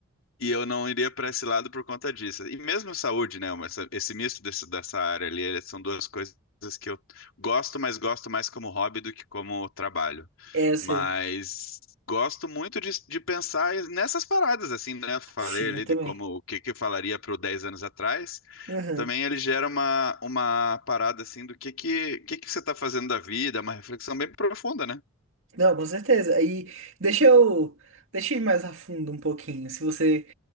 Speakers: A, on the left (about 60°); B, on the right (about 60°).
A: E eu não iria para esse lado por conta disso. E mesmo saúde, né? uma- essa- Esse misto desse- dessa área ali, eles são duas coisas que eu gosto, mas gosto mais como hobby do que como trabalho.
B: É, eu sei.
A: Mas gosto muito de, de pensar nessas paradas, assim, né? Falei
B: Sim,
A: ali
B: eu também.
A: de como o que que eu falaria para 10 anos atrás.
B: Uhum.
A: Também ele gera uma, uma parada assim do que que, que que você está fazendo da vida, uma reflexão bem profunda, né?
B: Não, com certeza. Aí deixa eu, deixa eu ir mais a fundo um pouquinho. Se você